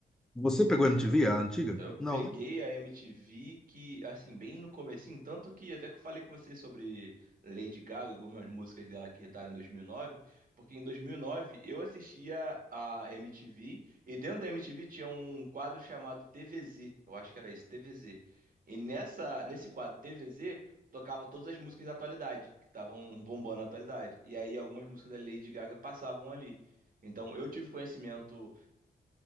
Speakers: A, in the centre; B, on the right.
A: você pegou a MTV, a antiga?
B: Eu peguei
A: Não, né?
B: a MTV que, assim, bem no comecinho, tanto que até que eu falei com você sobre Lady Gaga, algumas músicas dela que irritaram em 2009, porque em 2009 eu assistia a MTV e dentro da MTV tinha um quadro chamado TVZ, eu acho que era esse, TVZ. E nessa, nesse quadro TVZ tocava todas as músicas da atualidade, que estavam bombando na atualidade. E aí algumas músicas da Lady Gaga passavam ali. Então eu tive conhecimento